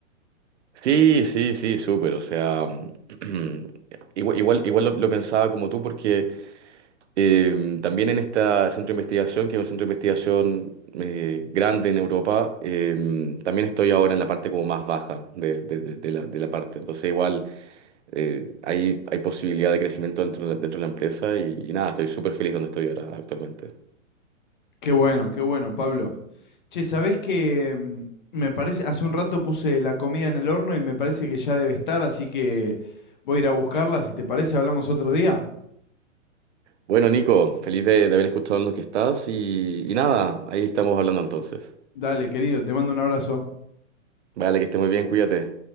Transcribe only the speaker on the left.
Qué bueno, qué bueno, Pablo. Che, ¿sabés que mm, me parece, hace un rato puse la comida en el horno y me parece que ya debe estar, así que voy a ir a buscarla. Si te parece, hablamos otro día.
Dale, querido, te mando un abrazo.